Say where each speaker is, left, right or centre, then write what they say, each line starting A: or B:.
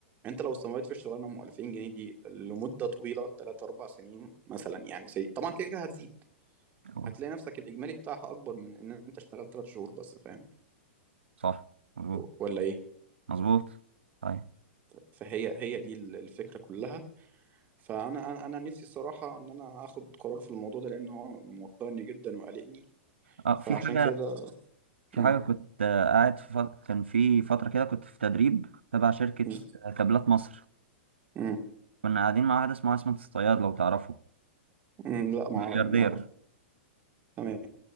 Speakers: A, on the right; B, on the right.
A: انت لو استمريت في الشغلانه ام 2000 جنيه دي لمده طويله 3 4 سنين مثلا يعني سي... طبعا كده كده هتزيد
B: هو
A: هتلاقي نفسك الإجمالي بتاعها أكبر من إن أنت اشتغلت تلات شهور بس فاهم
B: صح مظبوط
A: و- ولا إيه
B: مظبوط طيب
A: فهي هي دي ال- الفكرة كلها فأنا أنا أنا نفسي الصراحة إن أنا آخد قرار في الموضوع ده لأن هو موترني جدا وقلقني
B: اه
A: فعشان
B: في حاجه
A: كده
B: في
A: مم.
B: حاجه كنت آه، قاعد في فت... كان في فتره كده كنت في تدريب تبع شركه
A: مم.
B: آه، كابلات مصر
A: مم.
B: كنا قاعدين مع واحد اسمه عصمت الصياد لو تعرفه
A: مم. لا ما
B: ملياردير
A: ما أعرف تمام